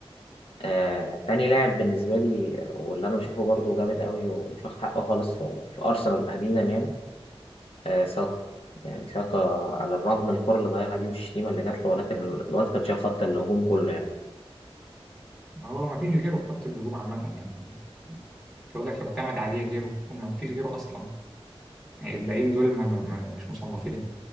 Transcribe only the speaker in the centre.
ما هو ما فيش غيره في خط الهجوم عامة يعني مش هقول لك يعتمد عليه غيره هم ما فيش غيره أصلا يعني الباقيين دول ما ما- ما- مش مصنفين